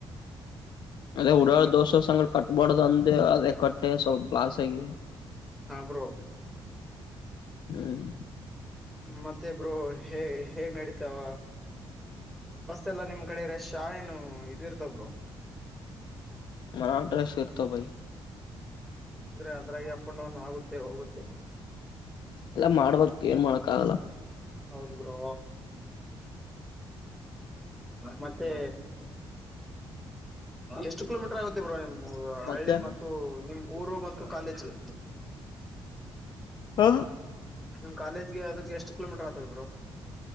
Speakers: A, on the left (about 55°); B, in the centre.
A: ಅದೇ ಉಡಾಡ್
B: ಮತ್
A: ದೋಸೆ ಸಂಂಗಡ ಕಟ್ಬಾರಡ್ದ ಅಂದ ಅದೇ ಕಟ್ಟೆ ಸ್ವಲ್ಪ ಲ್ಾಸ್ ಆಗಿ
B: ಹಾ ಬ್ರೋ
A: ಹ್ಮ್
B: ಮತ್ತೆ ಬ್ರೋ ಹೇ ಹೇಗ್ ನಡೀತಾವ ಬಸ್ಸ ಎಲ್ಲಾ ನಿಮ್ ಕಡೆ ರೆಶ್ ಏನು ಇದ ಇರ್ತಬ್ರು
A: ಮರ ಡ್ರೆಸ್ ಶ ಇರ್ತ ಭಿ
B: ಅಂದ್ರೆ ಅದ್ರಾಗಿ ಅಪ್ ಅಂಡ್ ಡೌನ್ ಆಗುತ್ತೆ ಹೋಗುತ್ತೆ
A: ಎಲ್ಲ ಮಾಡ್ಬಕ್ ಏನ್ ಮಾಡಕ್ ಆಗಲ್ಲ
B: ಹೌದ ಬ್ರೋ ಮತ್ತೆ ಎಷ್ಟು ಕಿಲೋಮೀಟರ್ ಆಗುತ್ತ ಬ್ರೋ ನಿಮ್
A: ಮತ್ತೆ
B: ಹಳ್ಳಿ ಮತ್ತು ನಿಮ್ ಊರು ಮತ್ತು ಕಾಲೇಜ್ಗೆ
A: ಹ
B: ನಿಮ್ ಕಾಲೇಜ್ಗೆ ಅದ ಎಷ್ಟ ಕಿಲೋಮೀಟರ್ ಆಗ್ತದ್ರು